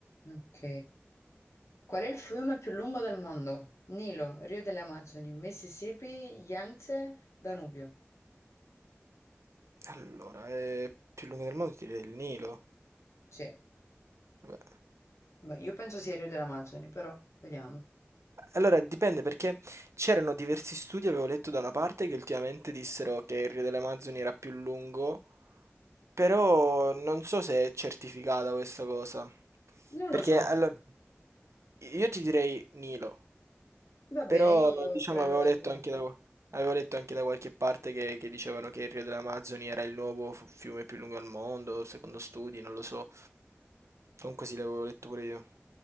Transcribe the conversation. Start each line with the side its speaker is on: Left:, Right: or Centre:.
Left: Ok. Qual è il fiume più lungo del mondo? Nilo, Rio delle Amazzoni, Mississippi, Yangtze, Danubio.
Right: Allora, è più lungo del mondo, ti direi il Nilo.
Left: Sì,
Right: Vabbè.
Left: Beh, io penso sia il Rio delle Amazzoni, però vediamo.
Right: Allora dipende perché c'erano diversi studi, avevo letto da una parte, che ultimamente dissero che il Rio delle Amazzoni era più lungo, però non so se è certificata questa cosa.
Left: Non
Right: Perché
Left: lo so.
Right: allora io ti direi Nilo,
Left: Va bene,
Right: però
Left: io
Right: diciamo
Left: prendo
Right: avevo
Left: la
Right: letto
Left: tua.
Right: anche da, avevo letto anche da qualche parte che, che dicevano che il Rio delle Amazzoni era il nuovo fu- fiume più lungo al mondo, secondo studi, non lo so. Comunque sì, l'avevo letto pure io.